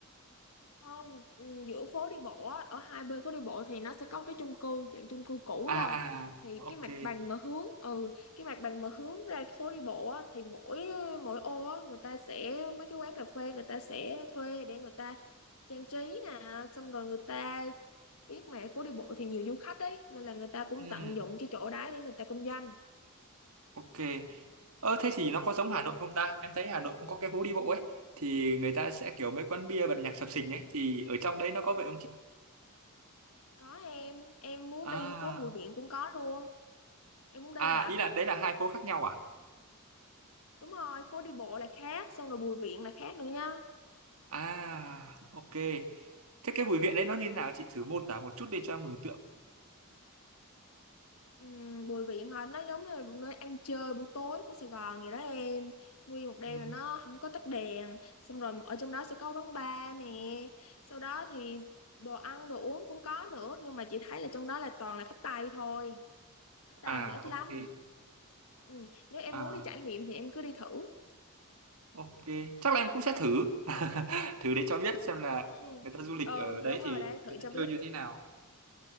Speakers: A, on the left (about 65°); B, on the right (about 70°).
A: không ừ, giữa phố đi bộ á ở hai bên phố đi bộ thì nó sẽ có cái chung cư dạng chung cư cũ
B: À
A: thôi
B: à,
A: thì
B: ok.
A: cái mặt bằng mà hướng ừ cái mặt bằng mà hướng ra cái phố đi bộ á thì mỗi mỗi ô á người ta sẽ mấy cái quán cà phê người ta sẽ thuê để người ta trang trí nè xong rồi người ta biết mà phố đi bộ thì nhiều du khách đấy nên là người ta cũng
B: Ừm,
A: tận dụng cái chỗ đấy để người ta kinh doanh
B: ok. Ơ thế thì nó có giống Hà Nội không ta? Em thấy Hà Nội cũng có cái phố đi bộ ấy thì người ta sẽ kiểu mấy quán bia bật nhạc sập sình ấy thì ở trong đấy nó có vậy không chị?
A: có em em muốn
B: À
A: đi phố Bùi Viện cũng có luôn em muốn đi
B: à
A: hả
B: ý là đấy là hai phố khác nhau à
A: đúng rồi phố đi bộ là khác xong rồi Bùi Viện là khác nữa nha
B: à ok thế cái bùi viện đấy nó như thế nào chị thử mô tả một chút đi cho em mường tượng
A: Ừm, Bùi Viện hả nó giống như là một nơi ăn chơi buổi tối của Sài Gòn vậy đó em nguyên một đêm
B: Ừ.
A: là nó không có tắt đèn xong rồi ở trong đó sẽ có quán bar nè sau đó thì đồ ăn đồ uống cũng có nữa nhưng mà chị thấy là trong đó là toàn là khách Tây thôi khách ta
B: à
A: thì ít
B: ok
A: lắm Ừm, nếu em
B: à
A: muốn đi trải nghiệm thì em cứ đi thử
B: ok chắc là em cũng sẽ thử <laughs> thử để cho biết xem là
A: ừ
B: người ta du lịch
A: ừ
B: ở đấy
A: đúng
B: thì
A: rồi đấy thử
B: người ta
A: cho biết
B: chơi như thế nào